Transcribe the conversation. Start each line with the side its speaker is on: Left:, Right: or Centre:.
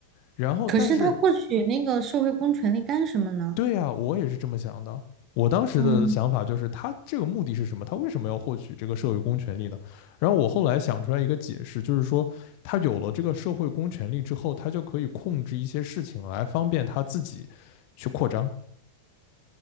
Left: 然后，
Right: 可是他获取那个社会公权力干什么呢？
Left: 但是对呀，我也是这么想的。我当时的想法就是，
Right: 嗯，
Left: 他这个目的是什么？他为什么要获取这个社会公权力呢？然后我后来想出来一个解释，就是说，他有了这个社会公权力之后，他就可以控制一些事情来方便他自己去扩张。